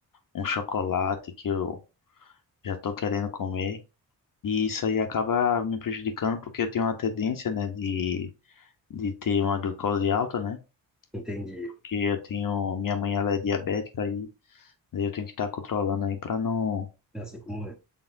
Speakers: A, on the left; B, in the centre.
A: um chocolate que eu já tô querendo comer. E isso aí acaba me prejudicando porque eu tenho uma tendência, né, de, de ter uma glicose alta, né?
B: entendi.
A: Porque eu tenho, minha mãe ela é diabética e daí eu tenho que estar controlando aí para não
B: Já sei como é.